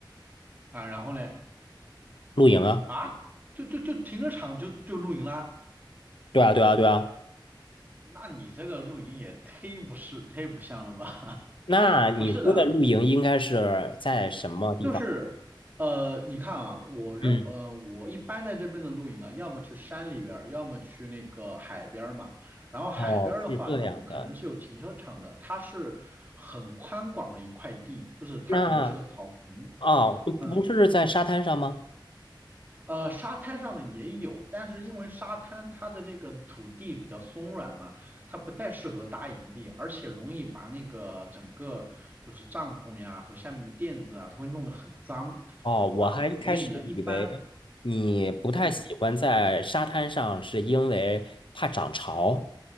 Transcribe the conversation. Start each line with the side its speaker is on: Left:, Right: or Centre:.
Right: 啊，然后嘞？
Left: 露营啊。
Right: 啊，就就就停车场就就露营啦？
Left: 对啊，对啊，对啊。
Right: 那你这个露营也忒不是忒不像了吧？
Left: 那你说的露营应该是在什么地方？
Right: <laughs> 不是的，就是呃，你看啊，我认呃，
Left: 嗯，
Right: 我一般在这边的露营啊，要么去山里边儿，要么去那个海边儿嘛。然后海边儿的话，
Left: 哦，是这样的。
Right: 它不可能是有停车场的，它是很宽广的一块地，就是它可能是个草坪。
Left: 那哦，不不是在沙滩上吗？
Right: 嗯。呃，沙滩上的也有，但是因为沙滩它的那个土地比较松软嘛，它不太适合搭营地，而且容易把那个整个就是帐篷呀和下面的垫子啊，它会弄得很脏
Left: 哦，我还一开始以为你不太喜欢在沙滩上，
Right: 啊，所以呢，一般。嗯。
Left: 是因为怕涨潮。